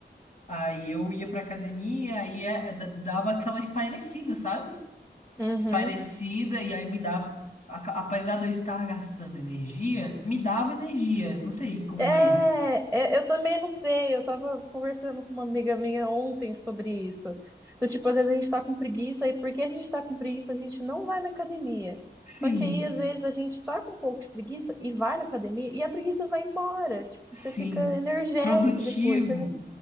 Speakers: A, on the left; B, in the centre.
A: Aí eu ia pra academia, aí é- d- dava aquela espairecida, sabe?
B: Uhum.
A: Espairecida, e aí me dava. a- Apesar de eu estar gastando energia, me dava energia. Não sei como
B: É,
A: é isso.
B: é, eu também não sei. Eu tava conversando com uma amiga minha ontem sobre isso. Do tipo, às vezes a gente tá com preguiça, e porque a gente tá com preguiça, a gente não vai na academia.
A: Sim,
B: Só que aí, às vezes, a gente tá com um pouco de preguiça e vai na academia, e a preguiça vai embora. Tipo,
A: sim.
B: você fica energético
A: Produtivo.
B: depois também.